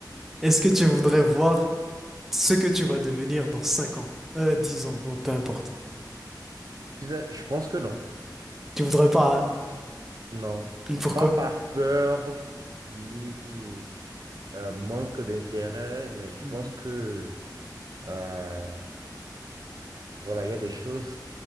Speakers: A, in the centre; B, on the right (about 55°).
A: Est-ce que tu voudrais voir ce que tu vas devenir dans 5 ans? Euh, 10 ans, oh, peu importe.
B: Je disais, je pense que non.
A: Tu voudrais pas, hein?
B: Non.
A: Pourquoi?
B: Pas par peur ni euh, manque d'intérêt, mais je
A: Mhm.
B: pense que, euh, voilà, il y a des choses.